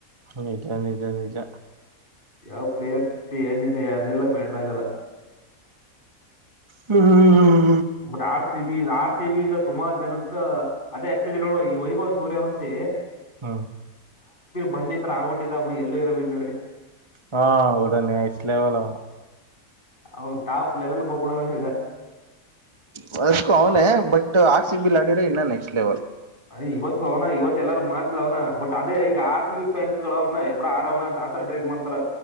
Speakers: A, on the right; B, on the left.
A: ನಿಜ ನಿಜ ನಿಜ
B: ಯಾವ್ ಪ್ಲೇಯರ್ಸ್ ಏನಿದೆ ಅದೆಲ್ಲ ಮ್ಯಾಟ್ರ ಆಗಲ್ಲ
A: ಹ್ಮ್್ಮ್ಮ
B: ಬ R C B R C ಇಂದ ಸುಮಾರು ಜನಕ್ಕ ಅದೇ ಆಕ್ಚುಲಿ ನೋಡುವ ಈ ವೈಭವ ಸೂರ್ಯ ವಂಶಿ
A: ಹಾ
B: ಬಂದಿ ತರ ಆಡ್ಬಿಟ್ಟಿರ ಎಲ್ಲೂ ಇರೋದು ಇನ್ನುವೇ
A: ಹಾ ಒಳ್ಳೆ ನೆಕ್ಸ್ಟ್ ಲೇಬಲ್ ಹವಾ
B: ಅವ್ನ್ ಟಾಪ್ ಲೆವೆಲ್ ಹೋಗ್ಬಿಡವ ಈಗ
A: ಫಸ್ಟ್ ಅವನೇ ಅವನ ಬಟ್ ಆರ್ ಸಿ ಆಡಿದ್ರೆ ಇನ್ನ ನೆಕ್ಸ್ಟ್ ಲೆವೆಲ್
B: ಅದ ಇವತ್ತು ಅವನ ಇವತ್ತು ಎಲ್ಲಾರ ಮಾತ್ಲವ್ನ ಬಟ್ ಅದೇ ಈಗ ಆರ್ ಸಿ ಬಿ ಫನ್ಸ್ಗಳು ಅವನ ಎಬಡಾ ಆಡವ್ ಅಂತ ಆತರ ಟ್ರೇಟ್ ಮಾಡ್ತಾರ